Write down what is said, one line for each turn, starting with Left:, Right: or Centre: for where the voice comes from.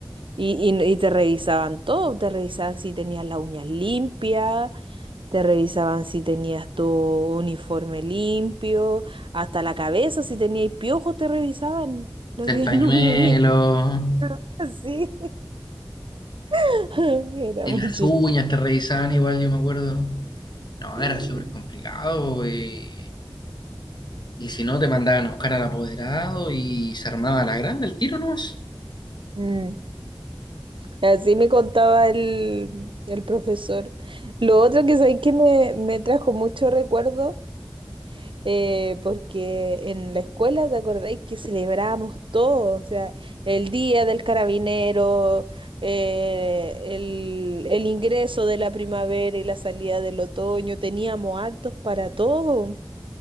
Right: Y, y- y te revisaban todo, te revisaban si tenías las uñas limpias, Te revisaban si tenías tu uniforme limpio, hasta la cabeza, si tenías piojos, te revisaban los
Left: el
Right: días
Left: pañuelo
Right: lunes. <laughs> Así. <laughs> Era
Left: y
Right: muy
Left: las
Right: chistoso.
Left: uñas te revisaban igual, yo me acuerdo, no,
Right: sí.
Left: era súper complicado y Y si no, te mandaban a buscar al apoderado y se armaba la grande el tiro, ¿no?
Right: Mm. Así me contaba el, el profesor. Lo otro que sabéis que me, me trajo mucho recuerdo eh, porque en la escuela, ¿te acordáis que celebrábamos todo? O sea, el día del carabinero, eh, el, el ingreso de la primavera y la salida del otoño, teníamos actos para todo.